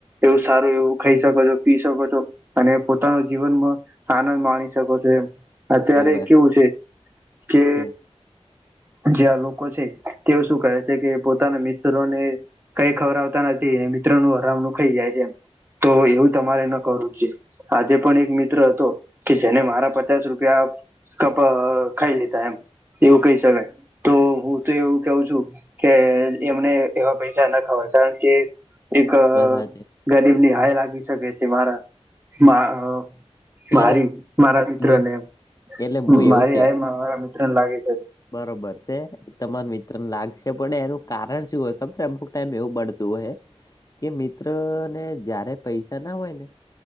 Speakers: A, on the right; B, on the left.
A: એવું સારું એવું ખાઈ શકો છો પી શકો છો. અને પોતાનો જીવનમાં આનંદ માણી શકો છો, એમ. અત્યારે
B: હોવે
A: કેવું છે કે
B: કેવું
A: જે્યાં લોકો છે તેઓ શું કરે છે કે જે પોતાના મિત્રોને કઈ ખવરાવતા નથી, મિત્રોનું હરામણું ખાઈ જાય છે એમ તો એવું તમારે ન કરવું જોઈએ. આજે પણ એક મિત્ર હતો કે જેને મારા પચાસ રૂપિયા કપ ખાઈ લીધા એમ એવું કહી શકાય, તો હું તો એવું કેવું છું. કે એમને એવા પૈસાના ખાવાય કારણકે એક
B: વાત સાચી
A: ગરીબની હાય લાગી શકે છે મારા
B: એટલે
A: મારી મારા મિત્રને
B: હું
A: એમ,
B: એટલે હું એવું
A: મારી
B: કે
A: હાય મારા મિત્રને લાગે છે.
B: બરોબર છે. તમાર મિત્રને લાગશે પણ એનું કારણ શું હોય ખબર અમુક ટાઈમ એવું બનતું હોય. કે મિત્રને જયારે પૈસા ના હોય ને